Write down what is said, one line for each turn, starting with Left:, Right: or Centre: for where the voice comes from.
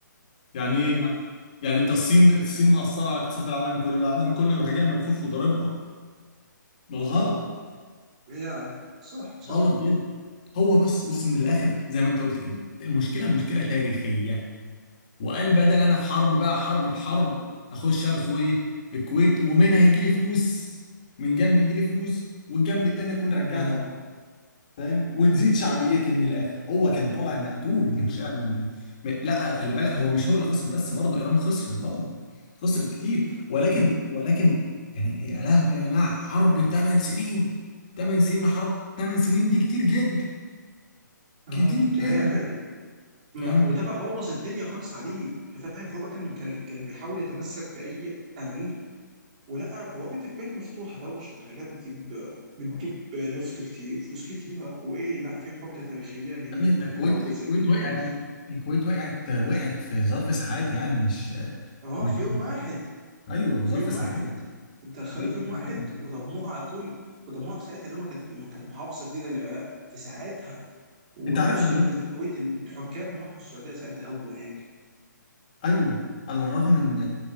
Left: يعني
Right: امم
Left: إيه؟ يعني انت الصين الصين مأثرة على اقتصاد العالم كله العالم كله يروح جاي ملفوف وضاربها ما هو غلط
Right: يا صح صح
Left: غلط جدا هو بس بص من الاخر زي ما انت قلت كده المشكلة مشكلة تاريخية وقال بدل انا في حرب بقى حرب بحرب اخش اغزو ايه الكويت ومنها يجي لي فلوس من جنب يجي لي فلوس والجنب التاني اكون رجعت
Right: امم
Left: فاهم وتزيد شعبيتي من الاخر هو كان طالع مقتول من
Right: امم
Left: شأن من... من... لا خلي بالك هو مش هو اللي خسر بس برضه ايران خسرت برضه خسرت كتير ولكن
Right: أمم.
Left: ولكن يعني يا لهوي يا جماعه حرب 8 سنين 8 سنين حرب 8 سنين دي كتير جدا
Right: اه
Left: كتير
Right: دي
Left: جدا
Right: حقيقه فعلا ما-
Left: فاهم
Right: وده بقى بوظ الدنيا خالص عليه فاهم فهو بقى كان كان كان بيحاول يتمسك باي امل ولقى بوابة الكويت مفتوحة دولة شغالة بتجيب بتجيب نفط كتير فلوس كتيرة وإيه لا في حجة تاريخية إن دي
Left: يا ابني
Right: كانت
Left: ده الكويت
Right: تعتبر جزء
Left: الكويت
Right: من
Left: وقعت
Right: عندي
Left: الكويت وقعت وقعت في ظرف ساعات يعني مش
Right: أه
Left: مش
Right: في يوم واحد
Left: ايوه في
Right: في
Left: ظرف
Right: يوم واحد
Left: ساعات في
Right: دخلوا
Left: ظرف
Right: في يوم
Left: ساعات
Right: واحد
Left: وقعت
Right: وضموها على طول وضموها في ساعتها إن هم كانت ما كانت محافظة جديدة للعراق في ساعتها والأسرة
Left: انت عارف انا لغايه
Right: اللي كانت في الكويت الحكام راحوا السعودية ساعتها هربوا هناك
Left: ايوه على الرغم ان